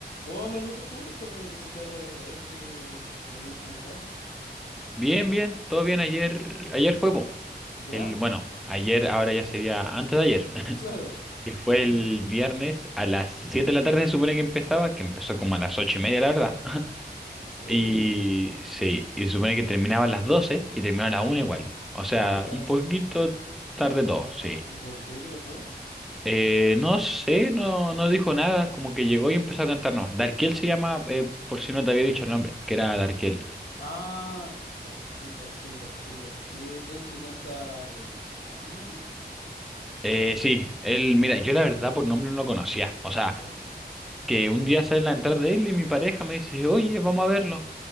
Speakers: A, on the left (about 60°); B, in the centre.
A: Hola Lucas, ¿cómo te fue en el recital de la otra vez que, que me habías comentado?
B: Bien, bien, todo bien. Ayer, ayer fue po,
A: ¿Ya?
B: el, bueno, ayer, ahora ya sería antes de ayer, <laughs>
A: Claro. po.
B: que fue
A: ¿Ya?
B: el viernes a las 7 de la tarde se supone que empezaba, que empezó como a las ocho y media, la verdad. <laughs>
A: ¿En serio?
B: Y sí, y se supone que terminaba a las 12 y terminó a la una igual. O sea,
A: Ah, o sea,
B: un
A: se-
B: poquito tarde
A: claro.
B: todo, sí.
A: ¿Y por qué? ¿Qué pasó?
B: Eh, no sé, no, no dijo nada, como que llegó y empezó a cantar nomás. Darkiel se llama, eh, por si no te había dicho el nombre, que era Darkiel.
A: Ah, Darkiel, Darkiel, Darkiel, Darkiel, el que canta reggaetón.
B: Eh, sí, él, mira, yo la verdad por nombre no lo conocía. O sea,
A: ¿Ya?
B: que un día sale la entrada de él y mi pareja me dice, oye, vamos a verlo.